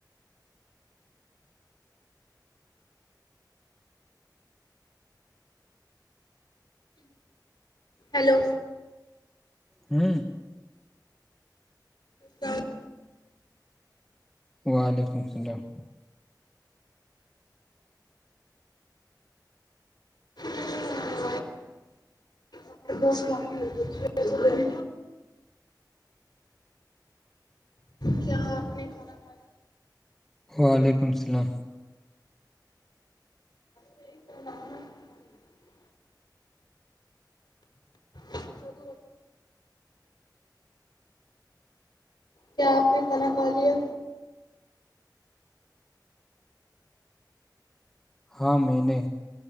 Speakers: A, on the left (about 85°); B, in the centre.
A: ہیلو
B: ہوں
A: س <unintelligible>
B: وعلیکم السلام
A: ک <unintelligible> ب <unintelligible> کیا اپنے کھانا کھ
B: وعلیکم السلام
A: <inaudible> بٹ بٹ کیا آپ نے کھانا کھا لیا
B: ہاں میں نے